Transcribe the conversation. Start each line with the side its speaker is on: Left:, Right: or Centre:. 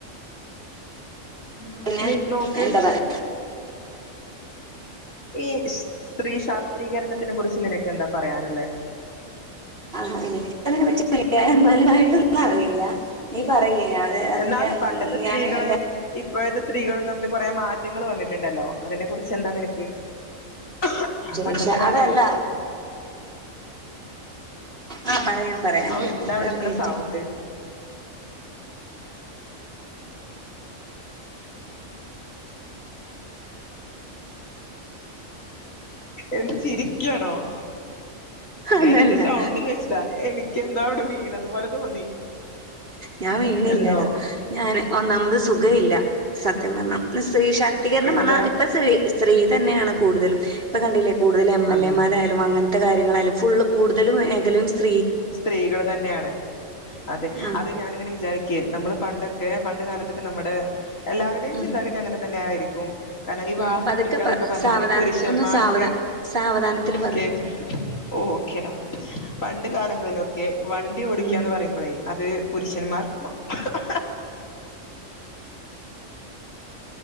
Left: ഉം
Right: പിന്നെ
Left: നീ നോക്ക്.
Right: എന്താ പറയാ
Left: ഈ സ് സ്ത്രീ ശാസ്ത്രീകരണത്തിനെ കുറിച്ച് നിനക്ക് എന്താ പറയാനുള്ളേ?
Right: ആഹാ എനിക്ക് അതിനെ <inaudible> വലുതായിട്ടൊന്നും അറിയില്ല. നീ പറയ് ഞാന് അതില്
Left: എന്നാലും പണ്ടത്തെ
Right: ഉം
Left: സ്ത്രീകളെ
Right: ഞാൻ എന്റെ
Left: ഇപ്പോഴത്തെ സ്ത്രീകളും തമ്മില് കൊറേ മാറ്റങ്ങൾ വന്നിട്ടുണ്ടല്ലോ അതിനെ കുറിച്ചെന്താ നിനക്ക് ക്ക്
Right: ശ്രീഷ
Left: പണ്ടത്തെ കാലഘട്ടത്തി
Right: അതല്ല
Left: തൊട്ടും
Right: ആഹ് പറയാം പറയാം
Left: ഔ എന്താ അവിടെ
Right: ഒരു
Left: എത്ര
Right: മിനിറ്റ്
Left: സൗണ്ട് എന്ത് ചിരിക്കാണോ ഞാൻ
Right: അതല്ല
Left: എന്റെ സൗണ്ടില് വെച്ചിട്ടാ എനിക്ക് എന്താ അവിടെ വീണതു പോലെ തോന്നി
Right: ഞാൻ വീണില്ലടാ
Left: എന്തോ
Right: ഞാന് ഒന്നാമത് സുഖവില്ല സത്യം പറഞ്ഞാ സ്ത്രീ ശാക്തീകരണം
Left: എന്താ
Right: പറഞ്ഞാ ഇപ്പ സ്രീ സ്‌ സ്ത്രീ തന്നെയാണ് കൂടുതലും ഇപ്പ കണ്ടില്ലേ കൂടുതലും എം
Left: അതെ
Right: എൽ എമാരായാലും അങ്ങന ത്തെ കാര്യങ്ങളായാലും ഫുള്ളും കൂടുതല് മേഖലയും സ്ത്രീ
Left: സ്ത്രീകൾ തന്നെയാണ് അതെ
Right: ആഹ്
Left: അത് ഞാനിങ്ങനെ വിചാരിക്ക് നമ്മള് പണ്ടൊക്കെ പണ്ട് കാലത്തൊക്കെ നമ്മുടെ എല്ലാവരുടെയും
Right: ഉം
Left: ചിന്താഗതി അങ്ങനെ തന്നെ ആയിരിക്കും കാരണം ഈ
Right: ഉം
Left: വാഹനം
Right: പതുക്കെ
Left: ഓടിക്കാന്നൊക്കെ
Right: പറ
Left: പറഞ്ഞാല്
Right: സാവധാന
Left: പുരുഷന്മാർക്ക്
Right: ഒന്ന് സാവധാ സാവധാനത്തില് പറ
Left: കേക്ക് ഓ ഓക്കെടാ പണ്ട് കാല ങ്ങളിലൊക്കെ വണ്ടി ഓടിക്കാന്ന്
Right: ഉം
Left: പറയുമ്പളേ അത് പുരുഷന്മാർക്ക് മാ -